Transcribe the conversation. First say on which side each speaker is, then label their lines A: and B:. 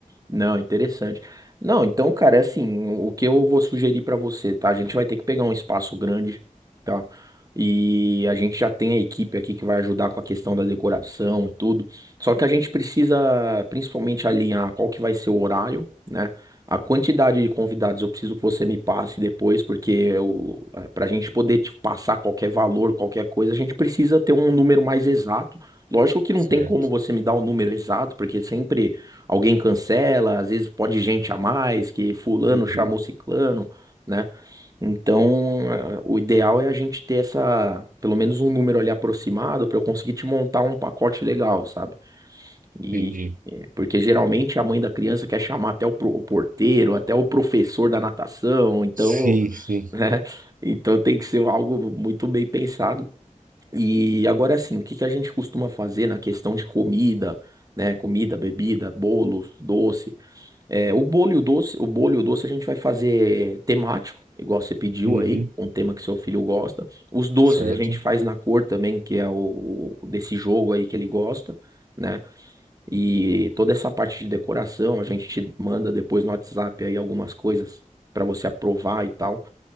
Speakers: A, on the right (about 25°); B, on the right (about 85°).
A: Não, interessante. Não, então, cara, é assim, o que eu vou sugerir pra você, tá? A gente vai ter que pegar um espaço grande, tá? E a gente já tem a equipe aqui que vai ajudar com a questão da decoração e tudo. Só que a gente precisa principalmente alinhar qual que vai ser o horário, né? A quantidade de convidados eu preciso que você me passe depois, porque eu, é, pra gente poder te passar qualquer valor, qualquer coisa, a gente precisa ter um número mais exato. Lógico que não
B: Certo.
A: tem como você me dar o número exato, porque sempre alguém cancela, às vezes pode gente a mais, que fulano
B: Uhum.
A: chamou ciclano, né? Então, eh, o ideal é a gente ter essa, pelo menos um número ali aproximado para eu conseguir te montar um pacote legal, sabe? E
B: Entendi.
A: eh, porque geralmente a mãe da criança quer chamar até o, pro- o porteiro, até o professor da natação, então,
B: Sim, sim.
A: <laughs> né? Então tem que ser algo muito bem pensado. E agora assim, o que que a gente costuma fazer na questão de comida, né? Comida, bebida, bolo, doce. É, o bolo e o doce, o bolo e o doce a gente vai fazer temático, igual você pediu
B: Uhum.
A: aí, um tema que seu filho gosta. Os doces
B: Certo.
A: a gente faz na cor também, que é o o desse jogo aí que ele gosta, né? E toda essa parte de decoração, a gente te manda depois no WhatsApp aí algumas coisas pra você aprovar e tal.